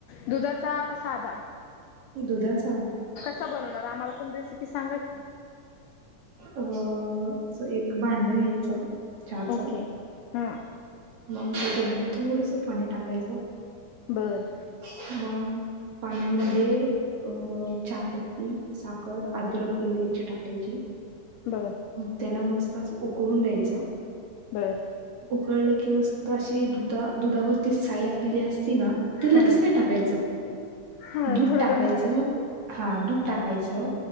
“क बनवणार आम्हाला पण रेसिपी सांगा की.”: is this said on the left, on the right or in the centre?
Left